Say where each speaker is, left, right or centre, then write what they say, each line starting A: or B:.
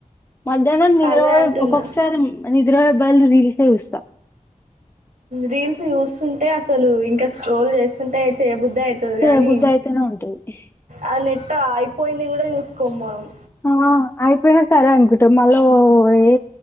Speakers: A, on the left (about 15°); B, on the right (about 75°).
A: మధ్యాహ్నం నిద్ర
B: అదే అంటున్నా
A: ఒక్కొక్కసారి నిద్ర వాళ్ల రీల్స్ చూస్తా
B: రీల్స్ చూస్తుంటే అసలు ఇంకా స్క్రోల్ చేస్తుంటే చేయబుద్దు అదే అవుతుంది
A: చేయబుద్ధి
B: కానీ
A: అయితేనే ఉంటది
B: ఆ నెట్ అయిపోయిందిని కూడా చూసుకో మనము
A: ఆ అయిపోయినా సరే అనుకుంటా మళ ఏ